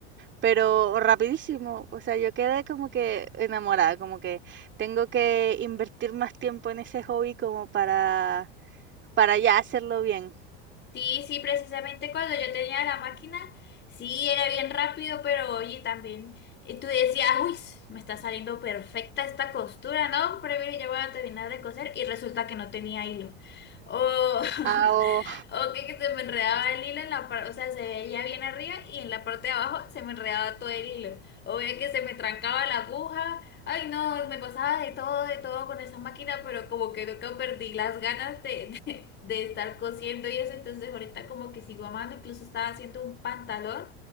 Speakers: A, on the right (about 35°); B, on the left (about 35°).
A: pero rapidísimo. O sea, yo quedé como que enamorada, como que tengo que invertir más tiempo en ese hobby como para, para ya hacerlo bien.
B: Sí, sí, precisamente cuando yo tenía la máquina, sí, era bien rápido, pero oye, también eh, tú decías, uy, me está saliendo perfecta esta costura, ¿no? Pero mire, yo voy a terminar de coser y resulta que no tenía hilo. Oh, <laughs>
A: Ah, oh,
B: O que, que se me enredaba el hilo en la parte, o sea, se veía bien arriba y en la parte de abajo se me enredaba todo el hilo. O veía que se me trancaba la aguja. Ay, no, me pasaba de todo, de todo con esa máquina, pero como que nunca perdí las ganas de, <laughs> de, de estar cosiendo y eso. Entonces ahorita como que sigo amando, incluso estaba haciendo un pantalón.